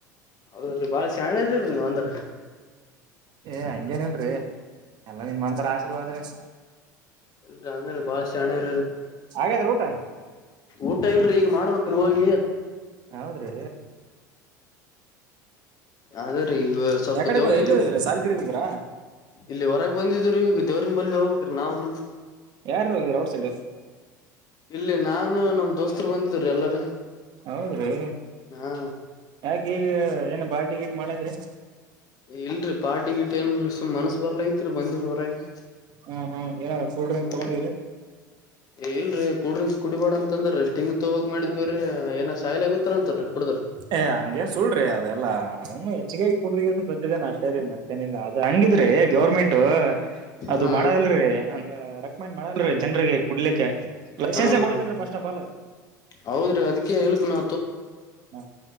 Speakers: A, on the left; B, on the right.
A: ಹೌದ್ರೀ ಬಾಳ ಶಾಣರರಿರಿ ನೀವು ಒಂದ್ರ
B: ಏ ಹಂಗೇನ್ಲ್ರಿ ಎಲ್ಲ ನಿಮ್ಮಂತರ ಆಶೀರ್ವಾದ್ರೆ
A: ಇಲ್ ಅಂದ್ರೆ ಬಾಳ ಚ ಇ
B: ಹಾಗಾದ್ರೆ ಊಟ
A: ಊಟ ಇಲ್ರರಿ ಈಗ ಮಾಡ್ಬೇಕ್ರೀ ಹೋಗಿ
B: ಹೌದ್ರಿ
A: ಆದ್ರ ಈಗ ಸ್ವಲ್ಪ
B: ಯಾಕಡೆ
A: ದೇವ್ರ
B: ಎಲ್ಲಿ ಹೋಗಿದ್ರಿ ಸಾಲಿ ಕಡೆ ಹೋಗಿದ್ರಾ
A: ಇಲ್ಲಿ ಹೊರಗೆ ಬಂದಿದ ದೇರುನ್ <unintelligible> ನಾವುನು.
B: ಯಾರ್ ಹೋಗಿದ್ರಿ ಔಟ್ ಸೈಡ್
A: ಇಲ್ಲಿ ನಾನು ನಮ್ ದೋಸ್ತರು ಬಂದಿದ್ರಿ ಎಲ್ಲಾರ
B: ಹೌದ್ರಿ
A: ಹಾ
B: ಯಾಕ ಈ ಏನು ಬಾಲ್ಟಿ ಗಿಟ್ ಮಾಡತ್ ರಿ.
A: ಇಲ್ರಿ ಪಾರ್ಟಿ ಗಿಟ್ ಏನ್ಲ್ರೀ ಸು್ನಸ್ ಬರ್ಲೈತ್ರಿ ಬಂದಿಡ ಹೊರಗೆ.
B: ಹ್ಮ್ ಹ್ಮ್ ಏನಾರ ಕೂಲ್ ಡ್ರಿಂಕ್
A: ಹ
B: ತಗೊಂಡಿದ.
A: ಇಲ್ರಿ. ಕಲ್ ಡ್ರಿಕ್ಸ್ ಕುಡಿಬೇಡ ಅಂತಂದ್ರ ಅಷ್ಟು ಹಿಂಗ ತಗೋಕ್ ಮಾಡಿದ್ವಿರ ಏನ ಸಾಯ್ ಆಗತ್ತತಾರ ಅಂತರೀ ಕುಡ್ರ.
B: ಏ ಹಂಗೇನ್ ಸುಲ್ ಅದೆಲ್ಲ ಅವನು ಹೆಚ್ಚಿಗೆೈ ಕುಡ್ದಿದ ಸತಿದ್ದೇನೆ ಅಷ್ಟೇ ರೀ ಮತ್ತೆ. ನಿಲ್ಲ ಅದ ಹಂಗಿದ್ರಿ ಗೌರ್ಮೆಂಟ್ ಅದು
A: ಹಾ
B: ಮಾಡದಲ್ರಿ ಅಂದ್ರ ರೆಕಮೆಂಡ್ ಮಾಡಲ್ರಿ. ಜನರಿಗೆ ಕುಡ್ಲಿಕ್ಕೆ ಲೈಸೆನ್ಸ್
A: ಹಾ ಹಾ
B: ಕೊಡದಲ್ರೀ ಫಸ್ಟ್ ಆಫ್ ಆಲ್.
A: ಹೌದ್ರಿ ಅದಕ್ಕೆ ಹೇಳಳ್ಕ್ ನಾ.
B: ಹ